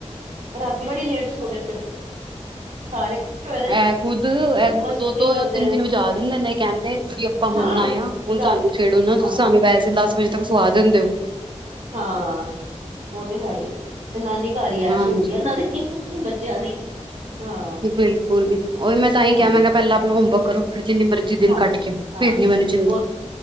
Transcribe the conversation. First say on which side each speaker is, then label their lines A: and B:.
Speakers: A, on the right; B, on the right.
A: ਰਾਤੀ ਬੜੀ ਲੇਟ ਸੋਂਦੇ। <unintelligible>
B: ਇਹ ਖੁੱਦ
A: ਮਸਤੀ
B: ਦੋ -ਦੋ,
A: ਕਰਦੇ
B: ਤਿੰਨ-
A: ਨੇ
B: ਤਿੰਨ ਵਜਾ ਦਿੰਦੇ ਨੇ ਕਹਿੰਦੇ ਵੀ ਆਪਾਂ
A: ਹਾਂ
B: ਹੁਣ ਆਏ ਆ। ਹੁਣ
A: ਮਜ਼ਾਕ
B: ਤੁਹਾਨੂੰ ਛੇੜੋ ਨਾ
A: ਹਾਂ
B: ਤੁਸੀਂ ਸਾਨੂੰ ਵੈਸੇ ਦਸ ਵਜੇ ਤੱਕ ਸਵਾ ਦਿੰਦੇ ਹੋ।
A: ਹਾਂ, ਉਹ ਤੇ ਹੈ ਹੀ ਤੇ ਨਾਨੀ ਘਰ
B: ਹਾਂਜੀ
A: ਐਸ਼ ਹੁੰਦੀ ਇਹਨਾਂ ਦੇ। ਬੱਚਿਆਂ ਦੀ ਹਾਂ
B: ਬਿਲਕੁਲ, ਵੀ ਉਹੀ ਮੈਂ ਤਾਂ ਹੀ
A: ਹਾਂਜੀ
B: ਕਿਹਾ ਮੈਂ ਕਿਹਾ ਪਹਿਲਾਂ ਆਪਣਾ ਹੋਮਵਰਕ ਕਰੋ, ਫਿਰ ਜਿੰਨੀ ਮਰਜ਼ੀ ਦਿਨ
A: ਹਾਂ
B: ਕੱਟ ਕੇ,
A: ਹਾਂ
B: ਫੇਰ ਨੀ ਮੈਨੂੰ ਚਿੰਤਾ
A: ਉਹ ਤੇ